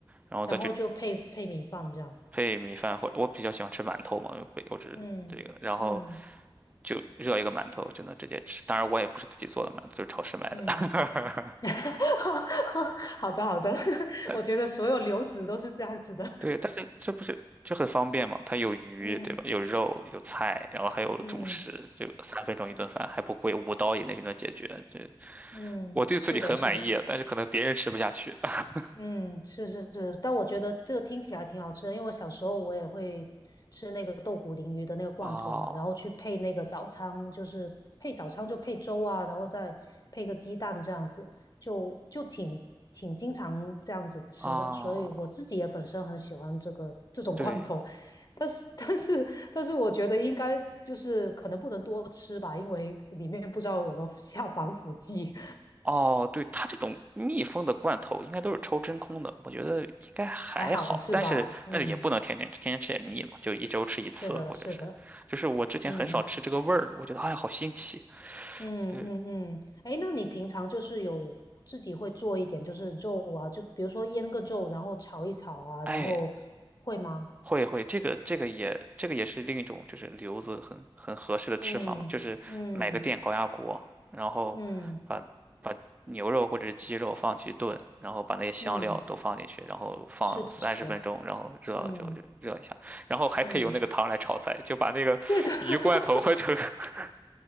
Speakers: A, on the right; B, on the left.
A: 然后再去
B: 然后就配配米饭这样，
A: 配米饭或我比较喜欢吃馒头嘛，又不又是这个，
B: 嗯嗯
A: 然后就热一个馒头就能直接吃，当然我也不是自己做的馒头，就是超市买的。
B: 嗯，<laughs> 好的好的，<laughs>
A: <laughs>
B: 我觉得所有流子都是这样子的，
A: 对，但是这不是就很方便嘛？它有鱼，
B: 嗯
A: 对吧？有肉，有菜，然后还有主食，
B: 嗯
A: 就三分钟一顿饭，还不贵，五刀以内就能解决。这
B: 嗯，
A: 我对自己很满意啊，
B: 是的是的。
A: 但是可能别人吃不下去。<laughs>
B: 嗯，是是是，但我觉得这个听起来挺好吃的，因为我小时候我也会吃那个豆鼓鲮鱼的那个罐头嘛，
A: 哦
B: 然后去配那个早餐，就是配早餐就配粥啊，然后再配个鸡蛋这样子，就就挺挺经常这样子吃的，
A: 哦，
B: 所以我自己也本身很喜欢这个这种罐头，
A: 对
B: 但是但是但是我觉得应该就是可能不能多吃吧，因为里面不知道有没有 <laughs> 下防腐剂，
A: 哦，对，它这种密封的罐头应该都是抽真空的，我觉得应该还好，
B: 还好是吧？
A: 但是但是也不能天天吃，
B: 嗯，
A: 天天吃也腻嘛，就一周吃一次，
B: 是的，
A: 或者是，
B: 是的，
A: 就是我之前很少吃这个味儿，
B: 嗯。
A: 我觉得哎呀好新奇，
B: 嗯嗯嗯，
A: 对，
B: 哎，那你平常就是有自己会做一点，就是肉啊，就比如说腌个肉，然后炒一炒啊，
A: 哎
B: 然后会吗？
A: 会会，这个这个也这个也是另一种就是留子很很合适的吃法嘛，
B: 嗯嗯
A: 就是买个电高压锅，然后把把牛肉或者是鸡肉放进去炖，
B: 嗯
A: 然后把那些香料都放进去，
B: 嗯，
A: 然后放三十分钟，
B: 是的，是的，
A: 然后热了就就热一下，
B: 嗯
A: 然后还可以用那个汤来炒菜，
B: 嗯。
A: 就把那个鱼罐头换成
B: 对的，<laughs>
A: <laughs>